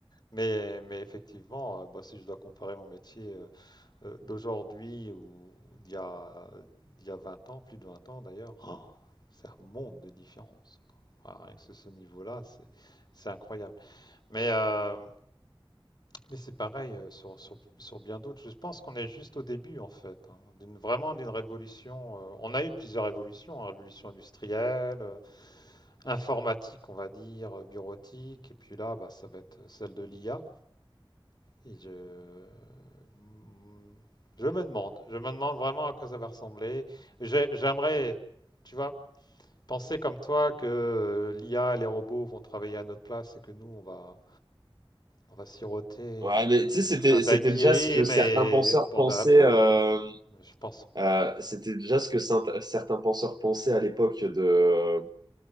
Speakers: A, on the left; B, on the right.
A: Mais, mais effectivement, euh, bah, si je dois comparer mon métier euh, euh, d'aujourd'hui ou ou d'il y a, euh, d'il y a 20 ans, plus de 20 ans d'ailleurs, oh, c'est un monde de différence. quoi. Ah, rien que ce, ce niveau-là, c'est c'est incroyable. Mais, euh, Mais c'est pareil euh, sur, sur- sur bien d'autres. Je pense qu'on est juste au début, en fait, hein, d'une, vraiment d'une révolution. euh, on a eu plusieurs révolutions, hein, révolution industrielle, euh, informatique, on va dire, euh, bureautique, et puis là, bah, ça va être celle de l'IA. Et je, mm, je me demande, je me demande vraiment à quoi ça va ressembler. J'ai- j'aimerais, tu vois, penser comme toi que euh, l'IA et les robots vont travailler à notre place et que nous, on va on va siroter
B: Ouais,
A: euh,
B: mais tu sais, c'était,
A: un daiquiri,
B: c'était déjà ce que
A: mais
B: certains penseurs
A: au bord
B: pensaient.
A: de la plage.
B: euh,
A: Mais Je pense
B: Euh,
A: pas.
B: c'était déjà ce que ceint- certains penseurs pensaient à l'époque de euh,